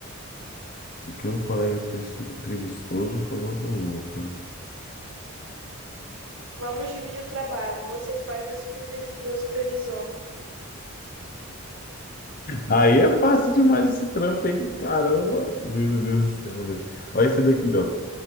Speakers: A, on the left; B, on the right.
A: O que um colega pre- preguiçoso falou pro outro.
B: Vamos dividir o trabalho, você faz e eu supervi- e eu supervisiono.
A: Aí é fácil demais esse trampo, hein? Caramba! Meu Deus do céu, velho. Olha esse daqui, ó.